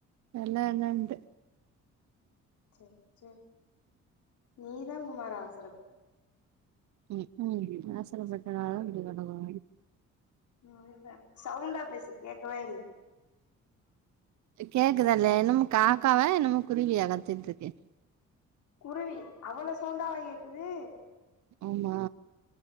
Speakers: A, on the right (about 70°); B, on the left (about 70°).
A: நல்லா என்னன்து
B: செர் செர் நீ தா குமாரு அவசர
A: ம் உம் அவசரப்பட்டனாலதா இப்டி கடக்குறோ
B: அதுதா சவுண்டா பேசு கேக்கவே இல்ல
A: கேக்குதா இல்லயா என்னமோ காக்காவா என்னமோ குருவியா கத்திட்ருக்கு
B: குருவி அவ்ளோ சவுண்டாவா கேக்குது
A: ஆமா